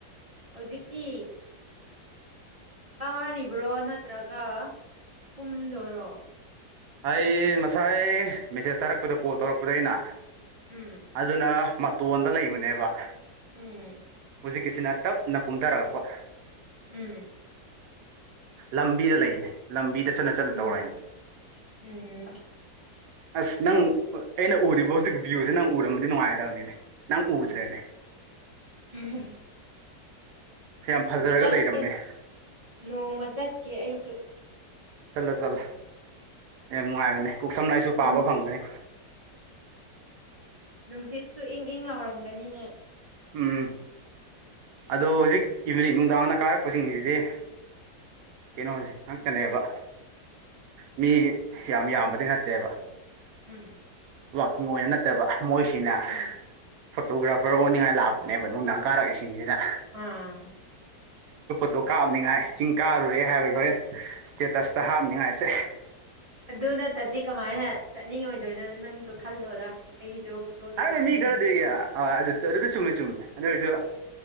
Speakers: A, on the right; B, on the right.
A: ꯍꯧꯖꯤꯛꯇꯤ ꯀꯥꯔꯤꯕ꯭ꯔꯣ ꯅꯠꯇ꯭ꯔꯒ ꯀꯨꯝꯗꯣꯏꯔꯣ
B: ꯑꯩ ꯉꯁꯥꯏ ꯃꯦꯁꯦꯖ ꯊꯥꯔꯛꯄꯗ ꯀꯣꯜ ꯇꯧꯔꯛꯄꯗ ꯑꯩꯅ
A: ꯎꯝ
B: ꯑꯗꯨꯅ ꯃꯇꯣꯟꯗ ꯂꯩꯕꯅꯦꯕ
A: ꯎꯝ
B: ꯍꯧꯖꯤꯛꯀꯤꯁꯤꯅ ꯇꯞꯅ ꯀꯨꯝꯊꯔꯛꯄ
A: ꯎꯝ
B: ꯂꯝꯕꯤꯗ ꯂꯩꯌꯦꯅꯦ ꯂꯝꯕꯤꯗ ꯆꯠꯅ ꯆꯠꯅ
A: ꯎꯝ
B: ꯇꯧꯔꯛꯏꯅꯤ
A: ꯎꯝ
B: ꯑꯁ ꯅꯪ ꯑꯩꯅ ꯎꯔꯤꯕ ꯍꯧꯖꯤꯛ ꯚ꯭ꯤꯌꯨꯁꯦ ꯅꯪ ꯎꯔꯃꯗꯤ ꯅꯨꯡꯉꯥꯏꯗꯕꯅꯤꯅꯦ ꯅꯪ ꯎꯗ꯭ꯔꯦꯅꯦ
A: <unintelligible>
B: ꯌꯥꯝ ꯐꯖꯔꯒ
A: ꯆꯠꯀꯦ
B: ꯂꯩꯔꯝꯃꯦ
A: ꯅꯣꯡꯃ ꯆꯠꯀꯦ ꯑꯩꯖꯨ
B: ꯆꯠꯂꯣ ꯆꯠꯂꯣ ꯌꯥꯝ ꯅꯨꯡꯉꯥꯏꯕꯅꯦ ꯀꯣꯛ ꯁꯝꯂꯥꯏꯁꯨ
A: <unintelligible>
B: ꯄꯥꯕ ꯐꯪꯒꯅꯤ
A: ꯅꯨꯡꯁꯤꯠꯁꯨ ꯏꯪ ꯏꯪ ꯂꯥꯎꯔꯝꯒꯅꯤꯅꯦ
B: ꯎꯝ ꯑꯗꯣ ꯍꯧꯖꯤꯛ ꯏꯚꯅꯤꯡ ꯅꯨꯡꯗꯥꯡꯗ ꯀꯥꯔꯛꯄꯁꯤꯡꯁꯤꯗꯤ ꯀꯩꯅꯣꯁꯤ ꯈꯛꯇꯅꯦꯕ ꯃꯤ ꯌꯥꯝ ꯌꯥꯝꯕꯗꯤ ꯅꯠꯇꯦꯕ
A: ꯎꯝ
B: ꯋꯥꯛꯀꯤꯡ ꯑꯣꯏꯅ ꯅꯠꯇꯕ ꯃꯣꯏꯁꯤꯅ
A: ꯎꯝ
B: ꯐꯣꯇꯣꯒ꯭ꯔꯥꯐꯔ ꯑꯣꯅꯤꯡꯉꯥꯏ ꯂꯥꯛꯄꯅꯦꯕ ꯅꯨꯡꯗꯥꯥꯡ ꯀꯥꯔꯛꯏꯁꯤꯡꯁꯤꯗ
A: ꯑꯥ
B: ꯑꯗꯣ ꯀꯥꯞꯅꯤꯉꯥꯏ ꯆꯤꯡ ꯀꯥꯔꯨꯔꯦ ꯍꯥꯏꯕꯒꯤ ꯍꯣꯔꯦꯟ ꯏꯁ꯭ꯇꯦꯇꯁꯇ ꯍꯥꯞꯅꯤꯉꯥꯏꯁꯦ
A: ꯑꯗꯨ ꯅꯠꯇꯗꯤ ꯀꯃꯥꯏꯅ ꯆꯠꯅꯤꯡꯉꯣꯏꯗꯣꯏꯅꯣꯗ ꯅꯪꯁꯨ ꯈꯜꯂꯣꯔ ꯑꯩꯁꯨ ꯐꯣꯇꯣꯗꯤ
B: ꯍꯥꯏꯅꯦ
A: ꯀꯥꯞꯅꯤꯡꯉꯦ
B: ꯃꯤ ꯈꯔꯗꯤ ꯑꯗꯨꯗꯤ ꯆꯨꯝꯃꯦ ꯆꯨꯝꯃꯦ ꯑꯗꯨ ꯑꯣꯏꯔꯁꯨ